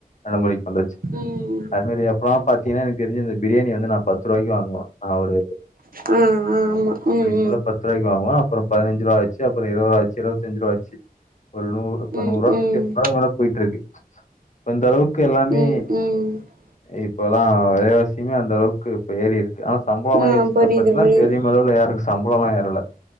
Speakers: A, on the left; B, on the right.
A: நடமுறை வந்துச்சு
B: ம்
A: அது மாரி எப்பன்னா பாத்தீங்கன்னா எனக் கு தெரிஞ்சு இந்த பிரியாணி வந்து நா பத்து ரூாபாய்க்கு வாங் அவரு
B: ஆ ஆ ஆமா
A: இப்படி
B: ம்
A: சொல்ல பத்து ரூபாய்க்கு வாங்குவா அப்புறம் பதினஞ்சுரூபாச்சு அப்புறம் இருவதுரூவாச்சு இரவத்தஞ்சுரூவாச்சு ஒரு நூறு இப்ப
B: ம்
A: நூறுவா
B: ம்
A: போயிட்டு இருக்கு ப்ப இந்தளவுக் இப்போ எல்லாமே
B: ம் ம் ம்
A: இப்போல்லாம் விலைவாசிமே அந்த அளவுக்கு இப்ப ஏறி இருக்கு ஆனா சம்பளம்
B: ஆ
A: ஏறிச்சுனா
B: புரியுது
A: பாத்தீங்கன்னா
B: புரியுது
A: பெரிய அளவுல ஏறல சம்பளம்லா ஏறல